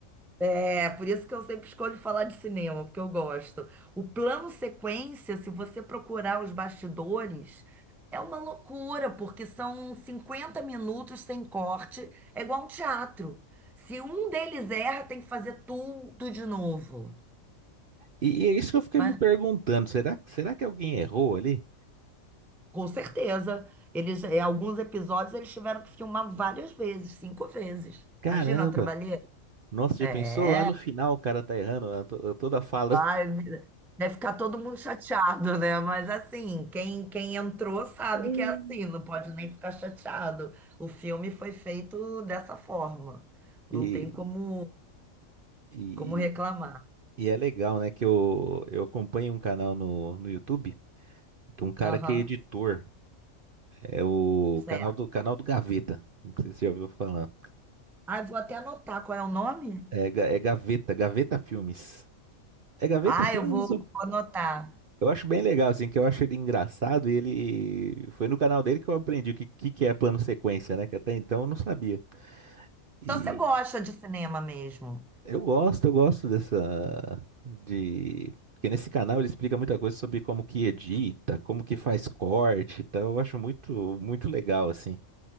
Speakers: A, in the centre; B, on the right.
A: é por isso que eu sempre escolho falar de cinema, porque eu gosto. O plano sequência, se você procurar os bastidores, é uma loucura, porque são 50 minutos sem corte, é igual um teatro. Se um deles erra, tem que fazer tudo de novo.
B: E, e é isso que eu fiquei
A: Mas,
B: me perguntando. Será, será que alguém errou ali?
A: com certeza, eles, é, alguns episódios eles tiveram que filmar várias vezes, cinco vezes.
B: Caramba.
A: Imagina a trabalheira.
B: Nossa, já
A: É.
B: pensou lá no final o cara tá errando a to- a toda a fala?
A: Vai,
B: <laughs>
A: vira- deve ficar todo mundo chateado, né? Mas assim, quem, quem entrou sabe
B: Hum.
A: que é assim, não pode nem ficar chateado. O filme foi feito dessa forma. Não
B: E,
A: tem como,
B: e,
A: como reclamar.
B: e é legal, né? Que eu, eu acompanho um canal no, no YouTube de um cara
A: Aham,
B: que é editor. É o
A: certo.
B: canal do, canal do Gaveta. Não sei se você já ouviu falar.
A: Ah, eu vou até anotar qual é o nome.
B: É, Ga- é Gaveta, Gaveta Filmes. É Gaveta
A: Ah,
B: Filmes?
A: eu vou, vou
B: Eu
A: anotar.
B: eu acho bem legal, assim, que eu acho ele engraçado e ele... Foi no canal dele que eu aprendi o que, que que é plano sequência, né? Que até então eu não sabia. E
A: Então você gosta de cinema mesmo.
B: eu gosto, eu gosto dessa... De... Porque nesse canal ele explica muita coisa sobre como que edita, como que faz corte e tal. Eu acho muito, muito legal, assim.